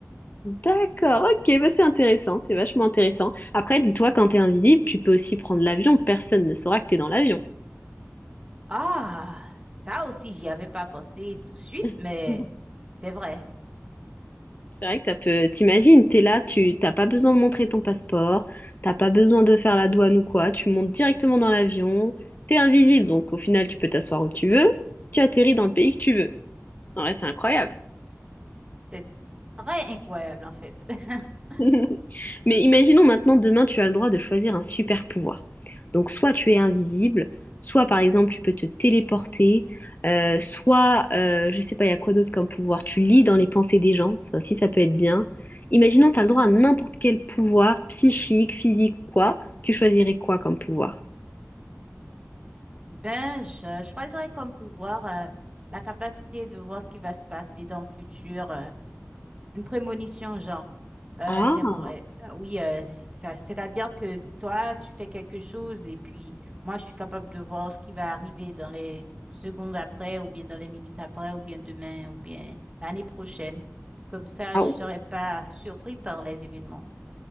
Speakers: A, on the left; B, on the right.
A: D'accord, ok, bah c'est intéressant, c'est vachement intéressant. Après, dis-toi, quand t'es invisible, tu peux aussi prendre l'avion, personne ne saura que t'es dans l'avion.
B: Ah, ça aussi, j'y avais pas pensé tout de suite,
A: <laughs>
B: mais c'est vrai.
A: C'est vrai que ça peut, t'imagines, t'es là, tu t'as pas besoin de montrer ton passeport, t'as pas besoin de faire la douane ou quoi, tu montes directement dans l'avion, t'es invisible, donc au final tu peux t'asseoir où tu veux, tu atterris dans le pays que tu veux. En vrai, c'est incroyable.
B: C'est très incroyable, en fait. <laughs>
A: <laughs> Mais imaginons maintenant, demain, tu as le droit de choisir un super pouvoir. Donc, soit tu es invisible, soit par exemple, tu peux te téléporter, euh, soit, euh, je sais pas, il y a quoi d'autre comme pouvoir. Tu lis dans les pensées des gens, ça aussi, ça peut être bien. Imaginons, tu as le droit à n'importe quel pouvoir, psychique, physique ou quoi. Tu choisirais quoi comme pouvoir?
B: Ben, je choisirais comme pouvoir euh, la capacité de voir ce qui va se passer dans le futur, euh, Une prémonition, genre, euh,
A: Ah,
B: j'aimerais, euh, oui, euh, ça, c'est-à-dire que toi, tu fais quelque chose et puis moi, je suis capable de voir ce qui va arriver dans les secondes après, ou bien dans les minutes après, ou bien demain, ou bien l'année prochaine. Comme ça,
A: ah
B: je serais pas surpris par les événements.